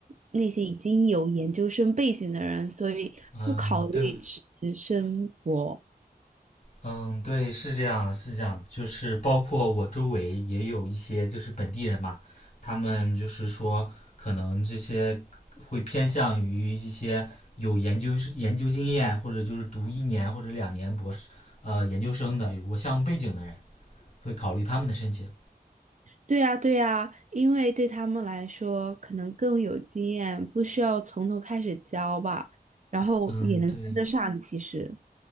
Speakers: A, on the right; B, on the left.
A: 那些已经有研究生背景的人，所以不考虑直升博。
B: 嗯，对，嗯，对，是这样，是这样，就是包括我周围也有一些就是本地人嘛，他们就是说可能这些会偏向于一些有研究研究经验，或者就是读一年或者两年博士呃研究生的，有过项目背景的人，会考虑他们的申请。
A: 对呀，对呀，因为对他们来说可能更有经验，不需要从头开始教吧，然后也能跟得上。
B: 嗯，对，
A: 其实